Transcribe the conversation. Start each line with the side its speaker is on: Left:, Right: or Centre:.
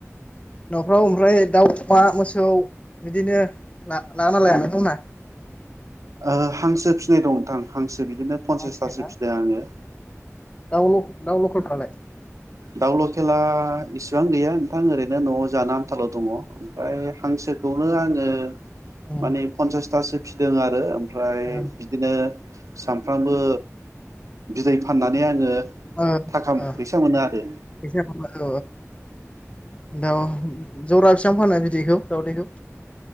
Left: नफ्राव ओमफ्राय दाउ अमा मोसौ बिदिनो <unintelligible> नोंथांमोनहा।
Right: ओ हांसो फिनाय दं <unintelligible> <unintelligible> फनसासथासो
Left: बांसिन ना
Right: फिदों आङो।
Left: दाउ दाउ लकेलफ्रालाय
Right: दाउ लकेला इसिबां गैया नोंथां ओरैनो नआव जानो आनथाल' दङ। फ्राय हांसोखौ <unintelligible>
Left: उम
Right: माने पनसासथासो फिदों आरो। ओमफ्राय
Left: ओ
Right: बिदिनो सामफ्रामबो बिदै फाननानै आङो।
Left: ओ
Right: थाखा
Left: ओ
Right: फैसा मोना <unintelligible>
Left: <unintelligible> दाउ जरा बिसबां फानो बिदैखौ दावदैखौ?